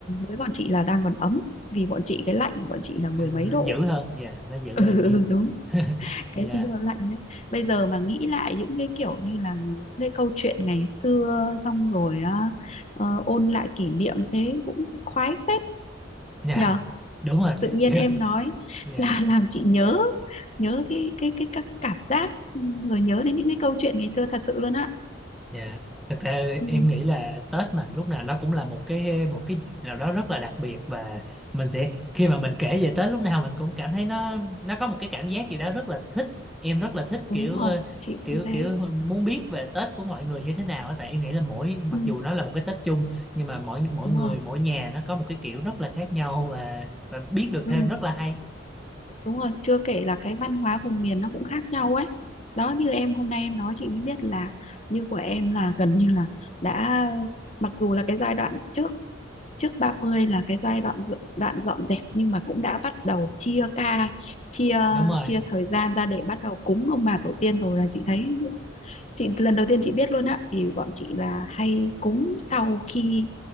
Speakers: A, on the left; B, in the centre.
A: với bọn chị là đang còn ấm vì bọn chị cái lạnh của bọn chị là mười
B: Nó, nó
A: mấy độ
B: dữ hơn, dạ, nó
A: <laughs>
B: dữ
A: ừ,
B: hơn nhiều.
A: đúng
B: <laughs>
A: cái
B: Dạ,
A: cái gió lạnh đấy bây giờ mà nghĩ lại những cái kiểu như là những cái câu chuyện ngày xưa xong rồi á, ờ, ôn lại kỷ niệm thế cũng khoái phết
B: dạ.
A: nhờ
B: Đúng rồi,
A: tự nhiên
B: kiểu
A: em nói <laughs>
B: dạ.
A: là làm chị nhớ nhớ cái cái cái các cảm giác ừ, rồi nhớ đến những cái câu chuyện ngày xưa thật sự luôn á
B: Dạ, thật ra
A: ừ,
B: em nghĩ là Tết mà lúc nào nó cũng là một cái một cái dịp nào đó rất là đặc biệt và mình sẽ khi mà mình kể về Tết lúc nào mình cũng cảm thấy nó nó có một cái cảm giác gì đó rất là thích. Em rất là thích
A: đúng
B: kiểu
A: rồi
B: ờ,
A: chị
B: kiểu
A: cũng thế
B: kiểu muốn biết về Tết của mọi người như thế nào á tại em nghĩ là mỗi mặc
A: ừ,
B: dù nó là một cái Tết chung nhưng mà mỗi mỗi
A: đúng
B: người
A: rồi
B: mỗi nhà nó có một cái kiểu rất là khác nhau và và biết được
A: ừ.
B: thêm rất là hay.
A: đúng rồi chưa kể là cái văn hóa vùng miền nó cũng khác nhau ấy đó như em hôm nay em nói chị mới biết là như của em là gần như là đã mặc dù là cái giai đoạn trước trước 30 là cái giai đoạn dự- đoạn dọn dẹp nhưng mà cũng đã bắt đầu chia ca chia
B: Đúng rồi.
A: chia thời gian ra để bắt đầu cúng ông bà tổ tiên rồi là chị thấy chị lần đầu tiên chị biết luôn á thì bọn chị là hay cúng sau khi